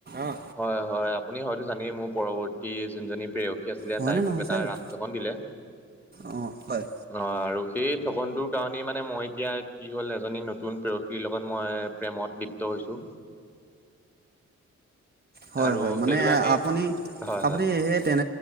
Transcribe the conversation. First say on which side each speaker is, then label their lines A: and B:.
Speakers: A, on the right; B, in the centre.
A: অঁ।
B: হয়, হয় আপুনি হয়তো জানেই, মোৰ পৰৱৰ্তী যোনজনী প্ৰেয়সী আছিলে
A: হয়নে
B: তাই
A: নহয়
B: মোক এটা
A: চাই লওঁ
B: ৰাম ঠগন দিলে।
A: অঁ, হয়।
B: অঁ আৰু সেই ঠগনটোৰ কাৰণেই মানে মই এতিয়া কি হ'ল? এজনী নত্ তুন প্ৰেয়সীৰ লগত মই প্ৰেমত লিপ্ত হৈছোঁ।
A: হয়
B: আৰু
A: হয় মানে
B: সেইটো কাৰণেই,
A: আপুনি
B: হয়
A: আপুনি
B: হয়।
A: সেই তেনে